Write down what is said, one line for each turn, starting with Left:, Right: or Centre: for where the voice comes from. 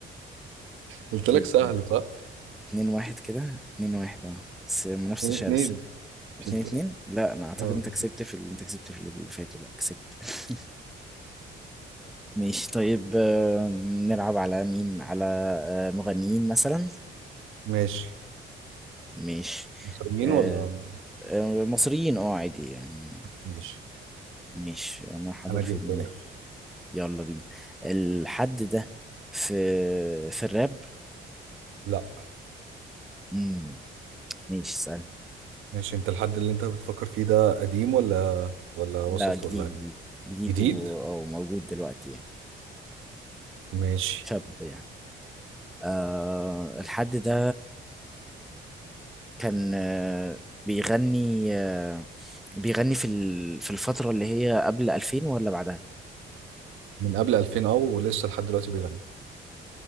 Right: قلت
Centre: كده
Right: لك سهل صح؟
Centre: اتنين واحد كده اتنين واحد اه بس منافسة
Right: اتنين
Centre: شرسة
Right: اتنين.
Centre: اتنين
Right: مش انت
Centre: اتنين لا انا اعتقد
Right: اه
Centre: انت كسبت في ال... انت كسبت في اللي فاتوا لا كسبت <laughs> ماشي طيب آه، نلعب على مين على آه، مغنيين مثلا
Right: ماشي
Centre: ماشي
Right: مصريين
Centre: آه،
Right: ولا
Centre: آه، مصريين اه عادي يعني
Right: ماشي
Centre: ماشي انا حاضر
Right: انا جبت
Centre: في دماغي
Right: لك
Centre: يلا بينا الحد ده في في الراب
Right: لا
Centre: امم ماشي اسأل
Right: ماشي انت الحد اللي انت بتفكر فيه ده قديم ولا ولا وسط
Centre: لا جديد
Right: ولا
Centre: جديد جديد
Right: جديد
Centre: دي و- او موجود دلوقتي يعني
Right: ماشي
Centre: شاب يعني آه الحد ده كان آه بيغني آه بيغني في ال- في الفترة اللي هي قبل 2000 ولا بعدها
Right: من قبل 2000 او ولسه لحد دلوقتي بيغني